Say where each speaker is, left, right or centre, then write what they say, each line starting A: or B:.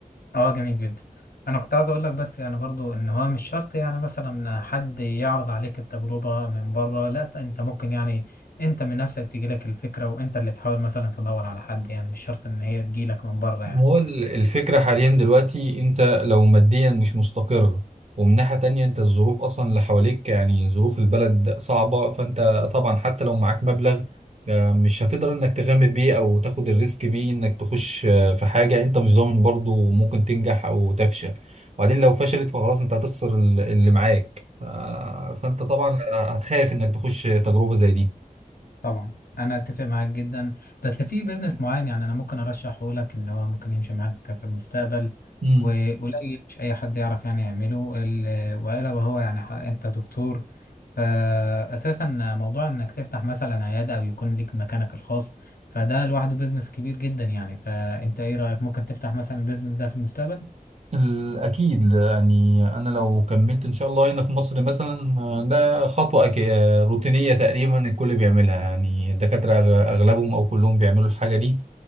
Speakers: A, on the left (about 80°); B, on the right (about 45°).
A: اه جميل جدا انا كنت عاوز اقول لك بس يعني برضو ان هو مش شرط يعني مثلا حد يعرض عليك التجربة من بره لا انت ممكن يعني انت من نفسك تجيلك الفكرة وانت اللي تحاول مثلا تدور على حد يعني مش شرط ان هي تجيلك من بره
B: ما
A: يعني
B: هو ال- الفكرة حاليا دلوقتي انت لو ماديا مش مستقر ومن ناحية تانية انت الظروف اصلا اللي حواليك يعني ظروف البلد صعبة فانت طبعا حتى لو معاك مبلغ آه، مش هتقدر انك تغامر بيه او تاخد الريسك بيه انك تخش آه، في حاجة انت مش ضامن برضو ممكن تنجح او تفشل وبعدين لو فشلت فخلاص انت هتخسر ال- اللي معاك آه، فانت طبعا هتخاف انك تخش تجربة زي دي
A: طبعا انا اتفق معاك جدا بس في بيزنس معين يعني انا ممكن ارشحه لك ان هو ممكن يمشي معاك في المستقبل
B: مم.
A: وقليل مش اي حد يعرف يعني يعمله ال- والا وهو يعني ح- انت دكتور فاساسا موضوع انك تفتح مثلا عياده او يكون لك مكانك الخاص فده لوحده بيزنس كبير جدا يعني فانت ايه رايك ممكن تفتح مثلا البيزنس ده في المستقبل
B: ال- أكيد يعني أنا لو كملت إن شاء الله هنا في مصر مثلا آه، ده خطوة أكي... آه، روتينية تقريبا الكل بيعملها يعني الدكاترة أغ- أغلبهم أو كلهم بيعملوا الحاجة دي